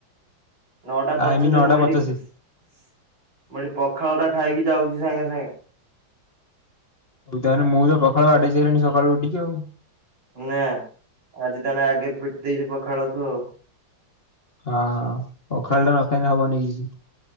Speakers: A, on the right (about 65°); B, on the left (about 30°).
A: ନଅଟା ପଚାଶେ
B: ଆଇମି ନଅଟା
A: ମୁଁ ଏଇଠି
B: ପଚାଶେ।
A: ମୁଁ ଏଠି ପଖାଳ ଟା ଖାଇକି ଯାଉଛି ସାଙ୍ଗେ ସାଙ୍ଗେ।
B: ହଉ ତାହେ ମୁଁ ତ ପଖାଳ ବାଡେଇ ସାରିଲାଣି ସକାଳୁ ଉଠିକି ଆଉ
A: ନା ଆଜି ତାହେଲେ ଆଗେ ପିଟି ଦେଇଚୁ ପଖାଳ ତୁ ଆଉ
B: ହଁ ହଁ ପଖାଳ ଟା ନଖାଇଲେ ହବନି କି